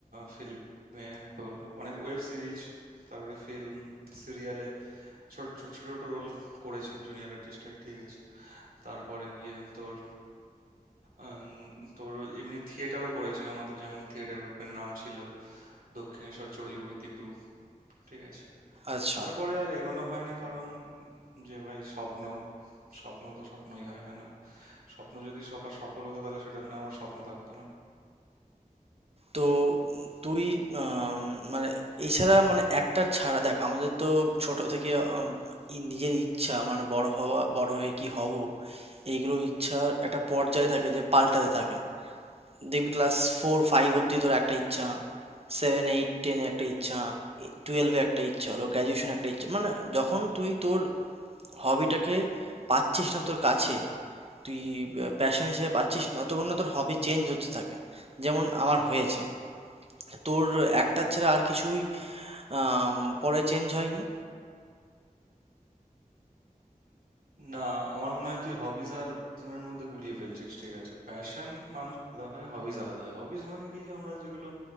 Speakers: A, on the right; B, on the right.
A: ফিল্মে তোর অনেক ওয়েব সিরিজ তারপরে ফিল্ম সিরিয়ালে ছোট ছোট ছোট রোল করেছি জুনিয়র আর্টিস্টের ঠিক আছে তারপরে গিয়ে তোর আম, তোর এমনি থিয়েটারও করেছি আমাদের যেমন থিয়েটার গ্রুপের নাম ছিল দক্ষিণেশ্বর চড়ুই বৈদিক গ্রুপ ঠিক আছে
B: আচ্ছা
A: তারপরে আর এগোনো হয়নি কারণ যে ভাই স্বপ্ন স্বপ্ন তো স্বপ্নই হয় হ্যাঁ না স্বপ্ন যদি সবার সফল হতো তাহলে সেটার নাম আর স্বপ্ন থাকতো না
B: তো তুই আম, মানে এছাড়া মানে একটা ছাড়া দেখ আমাদের তো ছোট থেকে আম, ই- নিজের ইচ্ছা মানে বড় হওয়া বড় হয়ে কি হব এইগুলো ইচ্ছার একটা পর্যায় থাকে যে পাল্টাতে থাকে দেখবি ক্লাস ফোর ফাইভ অবধি তোর একটা ইচ্ছা সেভেন এইট টেনে একটা ইচ্ছা টুয়েলভে একটা ইচ্ছা হলো গ্র্যাজুয়েশন একটা ইচ্ছা মানে যখন তুই তোর হবিটাকে পাচ্ছিস না তোর কাছে তুই প্যাশন হিসেবে পাচ্ছিস না ততক্ষণ না তোর হবি চেঞ্জ হতে থাকে যেমন আমার হয়েছে তোর একটা ছাড়া আর কিছুই আম, পরে চেঞ্জ হয়নি
A: না আমার মনে হয় তুই হবিজ আর প্যাশনের মধ্যে গুলিয়ে ফেলছিস ঠিক আছে প্যাশন মানুষ আলাদা হয় হবিজ আলাদা হয় হবিজ মানে কি আমরা যেগুলো